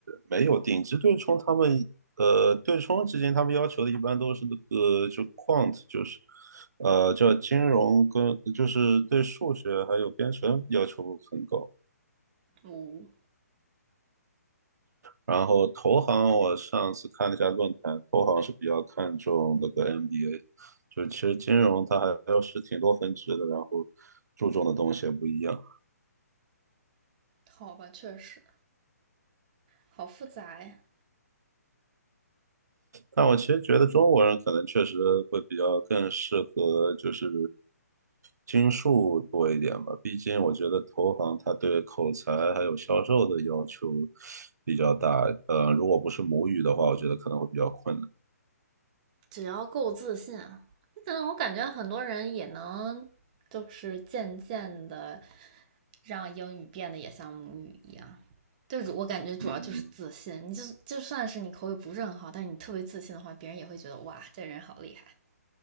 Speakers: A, on the right (about 80°); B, on the right (about 30°).
A: 没有顶级对冲，他们呃对冲基金他们要求的一般都是那个就 quant，就是呃叫金融跟就是对数学还有编程要求很高。
B: 哦，
A: 然后投行，我上次看了一下论坛，投行是比较看重那个 MBA，就其实金融它还是挺多分支的，然后注重的东西也不一样。
B: 好吧，确实好复杂呀。
A: 但我其实觉得中国人可能确实会比较更适合就是金数多一点吧，毕竟我觉得投行它对口才还有销售的要求比较大，呃，如果不是母语的话，我觉得可能会比较困难。
B: 只要够自信啊，但我感觉很多人也能，就是渐渐的。让英语变得也像母语一样。对，我感觉主要就是自信。
A: 嗯。
B: 你就就算是你口语不是很好，但是你特别自信的话，别人也会觉得哇，这人好厉害。